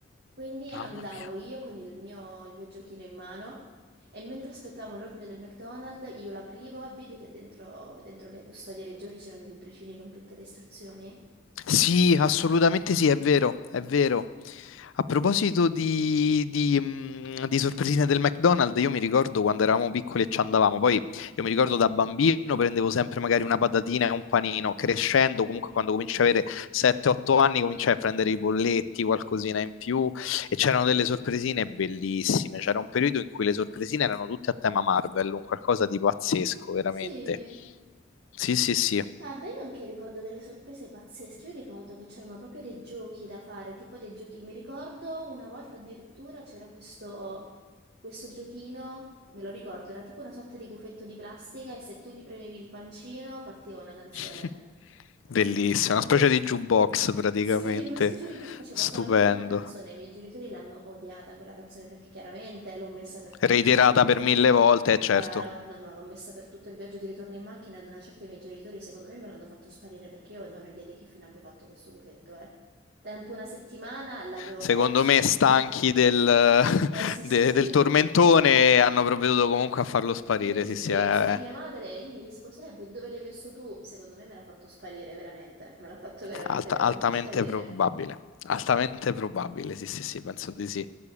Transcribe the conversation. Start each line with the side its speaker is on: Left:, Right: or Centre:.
Right: Quindi andavo
Left: mamma mia.
Right: io con il mio, il mio giochino in mano e mentre aspettavo l'ordine del McDonald's io l'aprivo e vedi che dentro, dentro le custodie dei giochi c'erano i libricini con tutte le istruzioni.
Left: Sì, assolutamente sì, è vero, è vero. A proposito di, di, mh, di sorpresine del McDonald's, io mi ricordo quando eravamo piccoli e ci andavamo, poi io mi ricordo da bambino prendevo sempre magari una patatina e un panino, crescendo
Right: Mm,
Left: comunque
Right: mm, mm.
Left: quando cominci a avere 7-8 anni cominciai a prendere i bolletti, qualcosina in più e c'erano delle sorpresine bellissime, c'era un periodo in cui le sorpresine erano tutte a tema Marvel, un qualcosa di pazzesco, veramente.
Right: Sì.
Left: Sì, sì, sì.
Right: Guarda, io anche ricordo delle sorprese pazzesche. Io ricordo che c'erano proprio dei giochi da fare, tipo dei giochi. Mi ricordo una volta addirittura c'era questo, questo giochino, me lo ricordo, era tipo una sorta di gufetto di plastica e se tu gli premevi il pancino partiva una canzone.
Left: <laughs> Bellissimo, una specie di jukebox praticamente,
Right: Sì, una specie di... giu- faceva
Left: stupendo.
Right: solamente una canzone, i miei genitori l'hanno odiata quella canzone perché chiaramente l'ho messa per tutto
Left: Reiterata
Right: il viaggio in macchina.
Left: per mille volte, eh, certo.
Right: Chiaro, no, no, l'ho messa per tutto il viaggio di ritorno in macchina, ad una certa i miei genitori secondo me me l'hanno fatto sparire perché io non ho idea di che fine abbia fatto questo gufetto, eh. Tempo una settimana l'avevo
Left: Secondo
Right: perso.
Left: me, stanchi del, <laughs>
Right: Eh sì,
Left: de-
Right: sì, sì.
Left: del tormentone, hanno provveduto comunque a farlo sparire.
Right: Io chiesi
Left: Sì, sì,
Right: spiegazioni
Left: è
Right: a mia madre e lei mi rispose, eh, vedi dove l'hai messo tu? Secondo me me l'ha fatto sparire, veramente. Me l'ha fatto veramente,
Left: alta-
Right: veramente
Left: altamente
Right: sparire.
Left: probabile. Altamente probabile, sì, sì, sì, penso di sì.